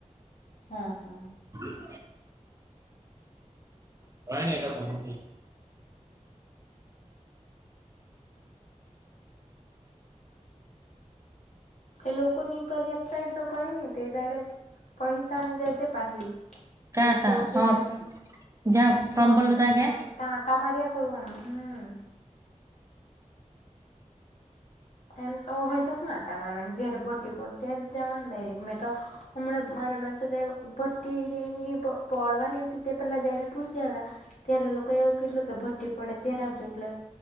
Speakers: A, on the left; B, on the right.
A: હા હા
B: <unintelligible> <unintelligible>
A: એ લોકો નની કરી આપતાય તો કહી ન તે દાડે પહતા અંજાજે પાહી
B: ક્યાં
A: એ લોકો
B: તા
A: જય્યારે
B: હા
A: એમ
B: જ્યાં ફોર્મ
A: દોરતા
B: ભરલું ત્યાં
A: ને
B: ગયા
A: હોય ત આંટા માર્યા કરનું હમ એમ તોવેય તો જયારે ભરતી પડે ત્યારે જવાનું ડાયરેક્ટ. મેતો હમણાં મારી મેસેજ આવ્યો. બતી ને એ પડવાની ત તે પહેલા જાયને પુસી આવેલા. ત્યારે એ લોકો એવું કેટલું કે ભરતી પડે ત્યારે આપજો એટલે